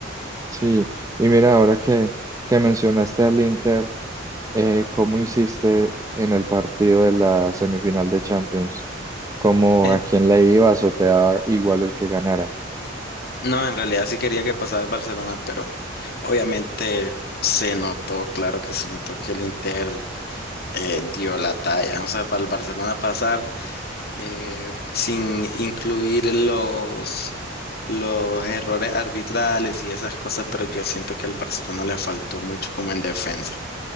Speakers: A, on the right; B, on the left.
A: Sí, y mira, ahora que, que mencionaste al Inter. Eh, ¿cómo hiciste en el partido de la semifinal de Champions? ¿Cómo
B: Eh,
A: a quién le ibas o te da igual el que ganara?
B: no, en realidad sí quería que pasara el Barcelona, pero obviamente se notó, claro que se notó que el Inter eh, dio la talla. O sea, para el Barcelona pasar. eh, sin incluir los, los errores arbitrales y esas cosas, pero yo siento que al Barcelona le faltó mucho como en defensa.